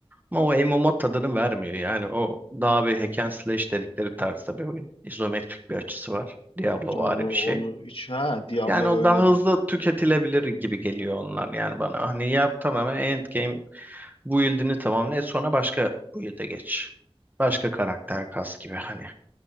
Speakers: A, on the right; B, on the left.
A: Ama o MMO tadını vermiyor. Yani o daha bir hack and slash dedikleri tarzda bir oyun. İzometrik bir açısı var. Diablovari
B: Onu
A: bir şey.
B: onu hiç ha Diablo'yu
A: Yani o
B: oynadım.
A: daha hızlı tüketilebilir gibi geliyor onlar yani bana. Hani yap tamamen endgame build'ini tamamla. E sonra başka build'e geç. Başka karakter kas gibi hani.